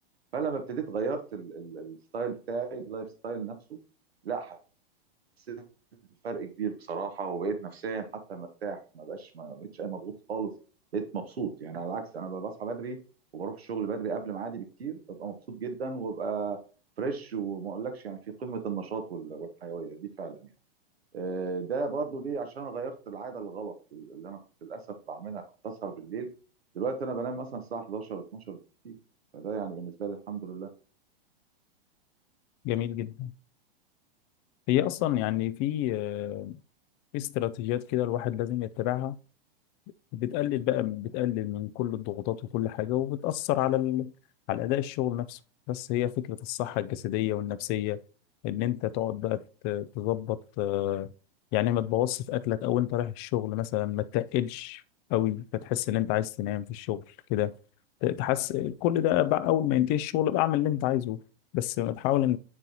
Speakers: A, on the right (about 85°); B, on the left (about 35°).
A: فلما ابتديت غيرت ال- ال- الستايل بتاعي اللايف ستايل نفسه لا حسيت بفرق كبير بصراحه وبقيت نفسيا حتى مرتاح ما بقاش ما بقتش اي مضغوط خالص بقيت مبسوط يعني على العكس انا بصحى بدري وبروح الشغل بدري قبل ميعادي بكتير ببقى مبسوط جدا وببقى فريش وما اقولكش يعني في قمه النشاط وال- والحيويه دي فعلا يعني آه، ده برضو ليه عشان أنا غيرت العاده الغلط اللي انا كنت للاسف بعملها كنت اسهر بالليل دلوقتي انا بنام مثلا الساعه 11 12 بالكتير فده يعني بالنسبه لي الحمد لله
B: جميل جدا هي اصلا يعني في آه، في استراتيجيات كده الواحد لازم يتبعها بتقلل بقى بتقلل من كل الضغوطات وكل حاجة وبتأثر على ال... على أداء الشغل نفسه بس هي فكرة الصحة الجسدية والنفسية إن أنت تقعد بقى ت- تظبط آه، يعني ما تبوظش في أكلك أو أنت رايح الشغل مثلا ما تتقلش قوي فتحس إن أنت عايز تنام في الشغل كده ت- تحس كل ده بقى أول ما ينتهي الشغل بقى أعمل اللي أنت عايزه بس تحاول إن